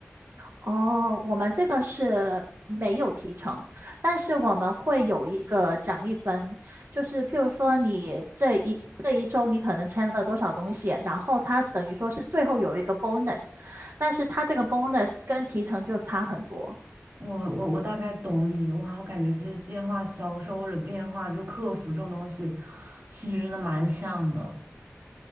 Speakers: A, on the right; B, on the right.
A: 哦，我们这个是没有提成，但是我们会有一个奖励分，就是譬如说你这一这一周你可能签了多少东西，然后它等于说是最后有一个 bonus，但是它这个 bonus 跟提成就差很多。
B: 我我我大概懂你，哇，我感觉这电话销售或者电话就客服这种东西，性质真的蛮像的。